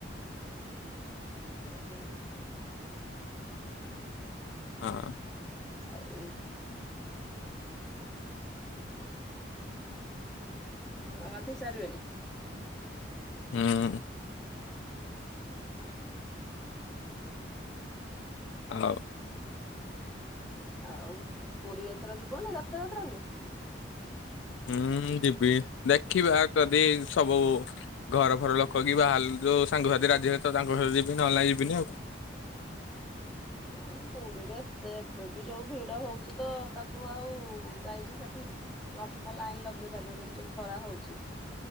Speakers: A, in the centre; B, on the left.
A: ଓହୋ।
B: ହଁ।
A: ଆଉ ମାମା ଗାଧୋଇ ସାରିବେଣି?
B: ହୁଁ। ହଉ।
A: ଆଉ ପୁରୀ ଏଥର ଯିବନି ରଥଯାତ୍ରା କୁ?
B: ହୁଁ ଯିବି ଦେଖିବା ଯଦି ସବୁ ଘର ଫର ଲୋକ କି ବାହାର ଯୋଉ ସାଙ୍ଗସାଥି ରାଜି ହେବେ ତ ତାଙ୍କ ସାଙ୍ଗ ରେ ଯିବି ନହେଲେ ଯିବିନି।
A: ହଁ ପୁରୀରେ ଏତେ ଏବେ ବି ଯୋଉ ଭିଡ ହଉଛି ତ ତାକୁ ଆଉ ଯାଇକି ସେଠି ଲମ୍ବା ଲାଇନ ଲଗେଇ ପାରିବନି ଯୋଉ ଖରା ହଉଛି